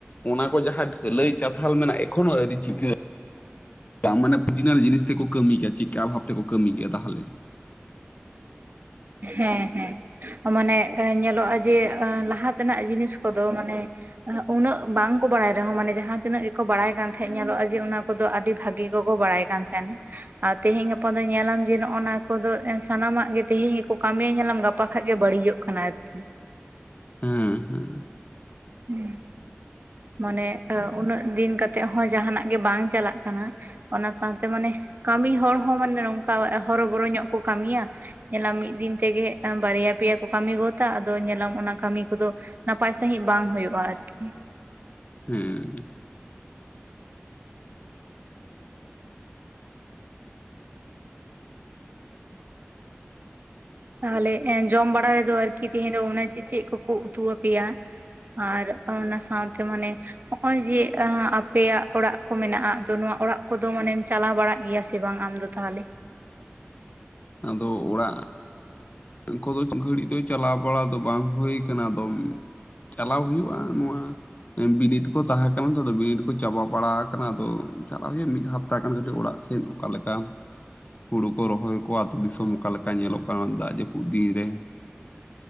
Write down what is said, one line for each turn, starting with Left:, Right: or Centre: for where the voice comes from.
Left: ᱚᱱᱟ ᱠᱚ ᱡᱟᱦᱟᱸ ᱰᱷᱟᱹᱞᱟᱹᱭ ᱪᱟᱛᱷᱟᱞ ᱢᱮᱱᱟᱜᱼᱟ ᱮᱠᱷᱚᱱ ᱦᱚᱸ ᱟᱹᱨᱤ ᱪᱤᱠᱟᱹ ᱢᱟᱱᱮ ᱯᱷᱤᱡᱤᱱᱟᱹᱞ ᱡᱤᱱᱤᱥ ᱛᱮᱠᱚ ᱠᱟᱹᱢᱤᱭ-ᱠᱟ ᱪᱤᱫᱠᱟ ᱵᱷᱟᱵ ᱛᱮᱠᱚ ᱠᱟᱹᱢᱤ ᱠᱮᱜ-ᱟ ᱛᱟᱦᱞᱮ᱾
Right: ᱦᱮᱸ ᱦᱮᱸ᱾ ᱚ ᱢᱟᱱᱮ ᱮ ᱧᱮᱞᱚᱜ-ᱟ ᱡᱮ ᱞᱟᱦᱟ ᱛᱮᱱᱟᱜ ᱡᱤᱱᱤᱥ ᱠᱚᱫᱚ ᱢᱟᱱᱮ ᱮ ᱩᱱᱟᱹᱜ ᱵᱟᱝᱠᱚ ᱵᱟᱲᱟᱭ ᱨᱮᱦᱚᱸ ᱢᱟᱱᱮ ᱡᱟᱦᱟᱸᱛᱤᱱᱟᱹᱜ ᱜᱮᱠᱚ ᱵᱟᱲᱟᱭ ᱠᱟᱱ ᱛᱟᱦᱮᱸᱜ ᱧᱮᱞᱚᱜᱼᱟ ᱡᱮ ᱚᱱᱟ ᱠᱚᱫᱚ ᱟᱹᱰᱤ ᱵᱷᱟᱜᱤᱞᱨ ᱜᱮᱠᱚ ᱵᱟᱲᱟᱭ ᱠᱟᱱ ᱛᱟᱦᱮᱸᱱᱟ ᱟᱨ ᱛᱮᱦᱮᱸᱧ ᱜᱟᱯᱟ ᱫᱚ ᱧᱮᱞᱟᱢ ᱡᱮ ᱱᱚᱜ-ᱟᱱᱟ ᱠᱚᱫᱚ ᱮᱥ ᱥᱟᱱᱟᱢᱟᱜ ᱜᱮ ᱛᱮᱦᱮᱸᱧ ᱜᱮᱠᱚ ᱠᱟᱹᱢᱤᱭᱟ ᱧᱮᱞᱟᱢ ᱜᱟᱯᱟ ᱠᱷᱟᱡ ᱜᱮ ᱵᱟᱲᱤᱡᱟᱜ ᱠᱟᱱᱟ ᱟᱨᱠᱤ᱾
Left: ᱦᱩᱸ ᱦᱩᱸ᱾
Right: ᱦᱩᱸ ᱢᱟᱱᱮ ᱮ ᱩᱱᱟᱹᱜ ᱫᱤᱱ ᱠᱟᱛᱮᱜ ᱦᱚᱸ ᱡᱟᱦᱟᱸᱱᱟᱜ ᱜᱮ ᱵᱟᱝ ᱪᱟᱞᱟᱜ ᱠᱟᱱᱟ᱾ ᱚᱱᱟ ᱥᱟᱶᱛᱮ ᱢᱟᱱᱮ ᱠᱟᱹᱢᱤ ᱦᱚᱲ ᱦᱚᱸ ᱢᱟᱱᱮ ᱱᱚᱝᱠᱟ ᱦᱚᱨᱚᱵᱚᱨᱚ ᱧᱚᱜ ᱠᱚ ᱠᱟᱹᱢᱤᱭᱟ᱾ ᱧᱮᱞᱟᱢ ᱢᱤᱫ ᱫᱤᱱ ᱛᱮᱜᱮ ᱮᱸ ᱵᱟᱨᱭᱟ ᱯᱮᱭᱟ ᱠᱚ ᱠᱟᱹᱢᱤ ᱜᱚᱫᱟ ᱟᱫᱚ ᱧᱮᱞᱟᱢ ᱚᱱᱟ ᱠᱟᱹᱢᱤ ᱠᱚᱫᱚ ᱱᱟᱯᱟᱭ ᱥᱟᱹᱦᱤᱡ ᱵᱟᱝ ᱦᱩᱭᱩᱜᱼᱟ ᱟᱨᱠᱤ
Left: ᱦᱩᱸ᱾
Right: ᱛᱟᱦᱞᱮ ᱮᱸ ᱡᱚᱢ ᱵᱟᱲᱟ ᱨᱮᱫᱚ ᱟᱨᱠᱤ ᱛᱮᱦᱮᱸᱧ ᱫᱚ ᱚᱱᱟ ᱪᱮ-ᱪᱮᱫ ᱠᱚᱠᱚ ᱩᱛᱩ ᱟᱯᱮᱭᱟ? ᱟᱨ ᱚᱱᱟ ᱥᱟᱶᱛᱮ ᱢᱟᱱᱮ ᱚᱜ-ᱚᱭ ᱡᱮ ᱟᱸ ᱟᱯᱮᱭᱟᱜ ᱚᱲᱟᱜ ᱠᱚ ᱢᱮᱱᱟᱜ-ᱟ ᱟᱫᱚ ᱱᱚᱣᱟ ᱚᱲᱟᱜ ᱠᱚᱫᱚ ᱢᱟᱱᱮᱢ ᱪᱟᱞᱟᱣ ᱵᱟᱲᱟᱜ ᱜᱮᱭᱟ ᱥᱮ ᱥᱮ ᱵᱟᱝ ᱟᱢᱫᱚ ᱛᱟᱦᱞᱮ?
Left: ᱟᱫᱚ ᱚᱲᱟᱜ ᱠᱚᱫᱚ ᱜᱷᱟᱹᱲᱤᱡ ᱫᱚ ᱪᱟᱞᱟᱣ ᱵᱟᱲᱟ ᱫᱚ ᱵᱟᱝ ᱦᱩᱭ ᱠᱟᱱᱟ ᱟᱫᱚᱢ ᱪᱟᱞᱟᱣ ᱦᱩᱭᱩᱜ-ᱟ ᱱᱚᱣᱟ ᱮᱸ ᱵᱤᱱᱤᱰ ᱠᱚ ᱛᱟᱦᱮᱸ ᱠᱟᱱᱟ ᱛᱚ, ᱟᱫᱚ ᱵᱤᱱᱤᱰ ᱠᱚ ᱪᱟᱵᱟ ᱵᱟᱲᱟ ᱟᱠᱟᱱᱟ ᱟᱫᱚ ᱪᱟᱞᱟᱣ ᱦᱩᱭᱩᱜ-ᱟ ᱢᱤᱫ ᱦᱟᱯᱛᱟ ᱠᱟᱹᱴᱤᱡ ᱚᱲᱟᱜ ᱥᱮ᱾ ᱪᱮᱫ ᱚᱠᱟ ᱞᱮᱠᱟ ᱦᱩᱲᱩ ᱠᱚ ᱨᱚᱦᱚᱭ ᱠᱚ ᱟᱹᱛᱩ ᱫᱤᱥᱚᱢ ᱚᱠᱟ ᱞᱮᱠᱟ ᱧᱮᱞᱚᱜ ᱠᱟᱱᱟ ᱫᱟᱜᱽ ᱡᱟᱹᱯᱩᱫ ᱯᱩᱫ ᱫᱤᱱ ᱨᱮ᱾